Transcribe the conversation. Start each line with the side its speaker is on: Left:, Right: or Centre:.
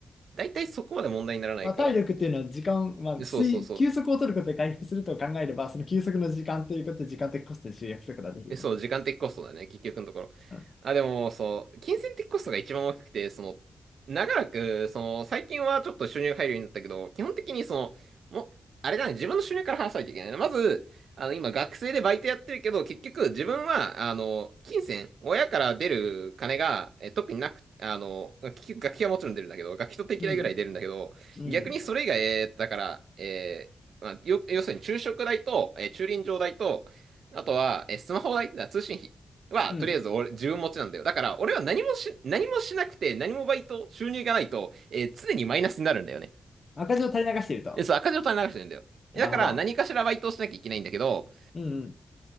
Right: だいたいそこまで問題にならないから。
Left: まあ、体力っていうのは時間、まあ、
Right: でそうそうそう。
Left: 水、休息を取ることで回復すると考えれば、その休息の時間ということで時間的コストに集約することができるね。
Right: え、そう、時間的コストだね、結局のところ。
Left: うん。
Right: あ、でも、そう、金銭的コストが一番大きくて、その、長らく、その、最近はちょっと収入入るようになったけど、基本的にその、もう、あれだね、自分の収入から話さないといけないね。まず、あの、今、学生でバイトやってるけど、結局、自分は、あの、金銭、親から出る金が、え、特になく、あの、結局、学費はもちろん出るんだけど、学費と定期代ぐらい出るんだけど、
Left: うん。うん。
Right: 逆にそれ以外、えーだから、えーまあ、よ、要するに昼食代と、えー駐輪場代と、あとは、え、スマホ代、通信費は、
Left: うん。
Right: とりあえず俺、自分持ちなんだよ。だから、俺は何もし、何もしなくて、何もバイト、収入がないと、えー常にマイナスになるんだよね。
Left: 赤字を垂れ流していると。
Right: え、そう、赤字を垂れ流してるんだよ。えだから、
Left: なるほど。
Right: 何かしらバイトをしなきゃいけないんだけど、
Left: うんうん。